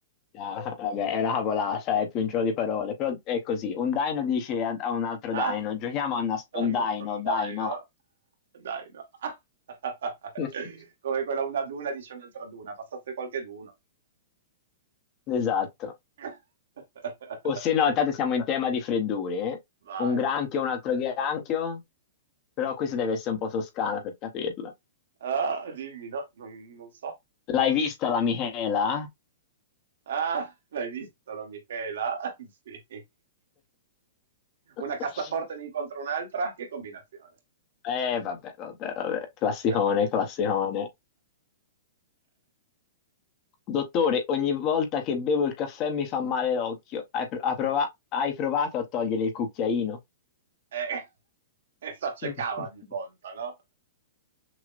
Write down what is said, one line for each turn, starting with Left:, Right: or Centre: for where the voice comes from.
Left: Ah, vabbè, è una cavolata, è più un gioco di parole, però è così. Un daino dice a, a un altro
Right: Ah,
Left: daino, giochiamo
Right: <laughs>
Left: a nascondaino,
Right: non nascondai,
Left: dai no.
Right: no? Dai, no. <laughs>
Left: <laughs>
Right: Come quella una duna dice un'altra duna, passasse qualche d'uno.
Left: Esatto.
Right: <laughs>
Left: O se no, intanto siamo in tema di freddure. eh.
Right: Vai.
Left: Un granchio, un altro granchio, però questa deve essere un po' toscana per capirla.
Right: Ah, dimmi, no, non, non so.
Left: L'hai vista la Michela?
Right: Ah, l'hai visto la Michela? <laughs> Sì. Una
Left: <laughs>
Right: cassaforte ne incontra un'altra? Che combinazione.
Left: Eh, vabbè, vabbè, vabbè, classicone,
Right: <laughs>
Left: classicone. Dottore, ogni volta che bevo il caffè mi fa male l'occhio. Hai, pro- ha prova- hai provato a togliere il cucchiaino?
Right: E, e s'accecava
Left: <laughs>
Right: ogni volta, no?